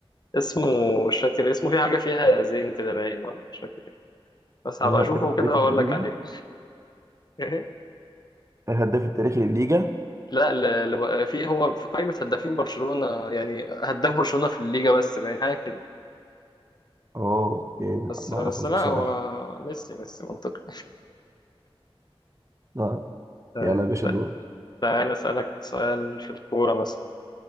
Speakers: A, on the left; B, on the right.
A: اسمه مش فاكر اسمه في حاجه فيها زين كده باين ولا مش فاكر إيه.
B: <laughs>
A: بس هبقى
B: الهداف
A: اشوفه
B: التاريخي
A: كده واقول
B: للليجا
A: لك عليه <laughs>
B: الهداف التاريخي للليجا
A: لا ل- ل- في هو في قائمة هدافين برشلونة يعني هداف برشلونة في الليجا بس باين حاجة كده
B: اه اوكي لا
A: بس
B: ما
A: بس
B: اعرفوش
A: لا
B: بصراحة
A: هو ميسي ميسي منطقي
B: لا
A: طيب
B: يلا يا باشا دورك
A: تعال أسألك سؤال في الكورة مثلا